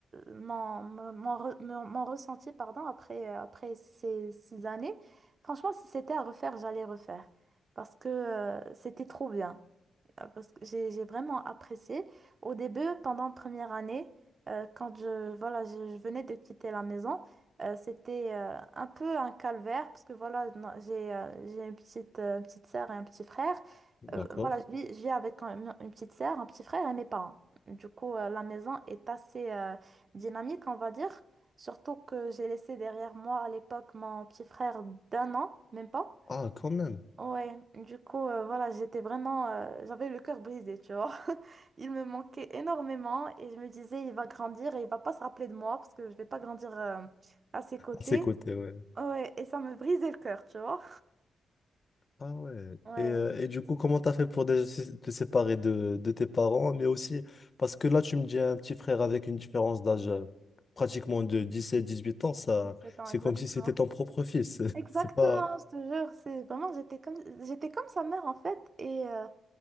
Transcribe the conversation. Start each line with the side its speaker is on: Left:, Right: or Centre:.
Right: mon, mon, mon re- mon- mon ressenti pardon, après, euh, après ces six années. Franchement, si c'était à refaire, j'allais refaire. Parce que euh, c'était trop bien euh, parce que j'ai j'ai vraiment apprécié. Au début, pendant la première année, euh, quand je, voilà, je, je venais de quitter la maison, euh, c'était euh, un peu un calvaire parce que voilà, non, j'ai euh, j'ai une petite, euh, petite sœur et un petit frère.
Left: D'accord.
Right: Euh, voilà, je vis, je vis avec un- une petite sœur, un petit frère et mes parents. Du coup, euh, la maison est assez euh, dynamique, on va dire. Surtout que j'ai laissé derrière moi à l'époque mon petit frère d'un an, même pas.
Left: Ah, quand même.
Right: Ouais, du coup, euh, voilà, j'étais vraiment, euh, j'avais le cœur brisé, tu vois. <laughs> Il me manquait énormément et je me disais, il va grandir et il va pas se rappeler de moi parce que je vais pas grandir euh, à ses côtés.
Left: À ses côtés, ouais.
Right: Ouais, et ça me brisait le cœur, tu vois.
Left: Ah ouais.
Right: Ouais,
Left: Et, euh, et du coup, comment t'as fait pour déjà sé- te séparer de, de tes parents, mais aussi parce que là, tu me dis un petit frère avec une différence d'âge euh, pratiquement de dix sept dix huit ans, ça,
Right: 17 ans,
Left: c'est
Right: exactement.
Left: comme si c'était ton propre fils. <laughs>
Right: Exactement,
Left: C'est pas...
Right: je te jure, c'est vraiment, j'étais comme, j'étais comme sa mère en fait et euh,